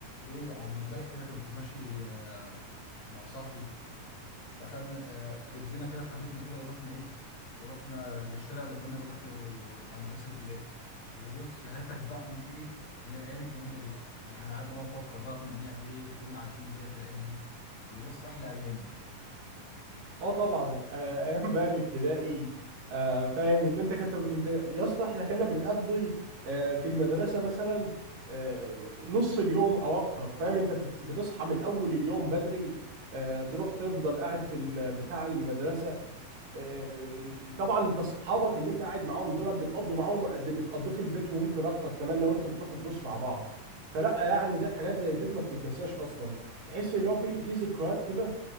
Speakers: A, on the left (about 60°); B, on the right (about 80°).
A: ايه يا عم امبارح كده كنت ماشي آه، مع صاحبي فخدنا آه، رجلينا كده خدتنا كده ورحنا ايه ورحنا للشارع اللي كنا بنروح له بتاع المدرسه الابتدائي وبص هاتك بقى من ايه من الايام الجميله دي بقى يعني قعدنا بقى نفكر بقى كنا بنعمل ايه وكنا عايشين ازاي في الايام دي وبص احلى ايام دي
B: اه طبعا آه، ايام بقى الابتدائي آه، فاهم اللي انت كنت انت يا اسطى احنا كنا بنقضي آه، في المدرسه مثلا آه، نص اليوم او اكتر فاهم انت بت- بتصحى من اول اليوم بدري آه، تروح تفضل قاعد في ال- بتاع المدرسه آه، طبعا انت اصحابك اللي انت قاعد معاهم دول بتقضي معاهم قد اللي بتقضيه في البيت وممكن اكتر كمان لو انتوا بتروحوا دروس مع بعض فلا يعني ديت حاجات زي ديت ما بتتنساش اصلا تحس اللي هو في في ذكريات كده